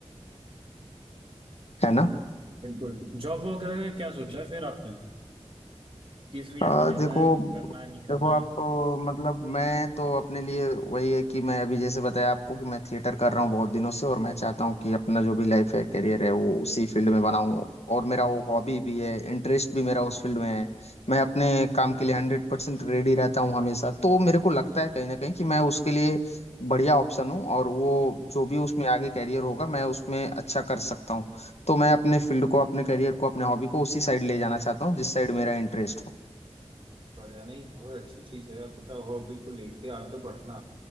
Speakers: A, on the left; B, on the right.
A: है ना
B: बिल्कुल जॉब वॉब करने का क्या सोचा है फिर आपने किस फील्ड
A: आ,
B: में लेना
A: देखो
B: है करना है नहीं करना
A: देखो आप
B: है
A: अ, मतलब मैं तो अपने लिए वही है कि मैं अभी जैसे बताया आपको कि मैं थिएटर कर रहा हूँ बहुत दिनों से और मैं चाहता हूँ कि अपना जो भी लाइफ है करियर है वो उसी फील्ड में बनाऊँ और मेरा वो हॉबी भी है इंटरेस्ट भी मेरा उस फील्ड में है मैं अपने काम के लिए हंड्रेड परसेंट रेडी रहता हूँ हमेशा तो मेरे को लगता है कहीं ना कहीं कि मैं उसके लिए बढ़िया ऑप्शन हूँ और वो जो भी उसमें आगे कैरियर होगा मैं उसमें अच्छा कर सकता हूँ तो मैं अपने फील्ड को अपने करियर को अपने हॉबी को उसी साइड ले जाना चाहता हूँ जिस साइड मेरा इंटरेस्ट हो
B: बढ़िया नहीं बहुत अच्छी चीज है पता हो बिल्कुल लेके आगे बढ़ना